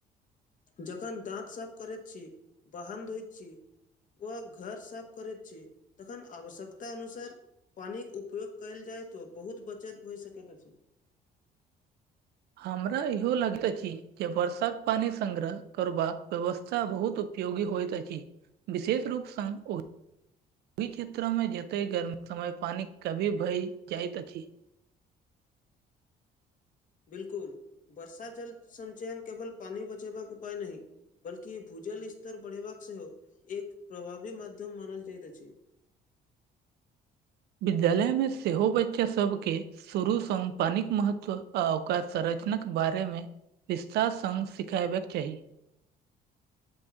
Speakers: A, on the left (about 50°); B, on the right (about 75°).
A: जखन दाँत साफ करति छी बाहन्न धोइत छी व घर साफ करति छी तखन आवश्यकता अनुसार पानिक उपयोग कयल जाय तऽ बहुत बचत भए सकति अछि
B: हमरा इहो लगति अछि जे वर्षाक पानि संगग्र करबाक व्यवस्था बहुत उपयोगी होयत अति विशेष रूप संग ओ ओहि क्षेत्र मे जतय गर्मी कऽ समय पानि कभी भरि जाइत अछि।
A: बिल्कूल बर्षा जल सञ्चयन केवल पानी बचेबाकपाय नाह, बल्कि भूजल स्तर बढ़ेबाक सेहो, एक प्रभावी माध्यम मानल जाइत अछि।
B: विद्यालयमे सेहो बच्चासभके शुरूसँ पानिक महत्व। आ ओकर संरचनाक बारे मे विस्तार सँ सिखेबे के चाही।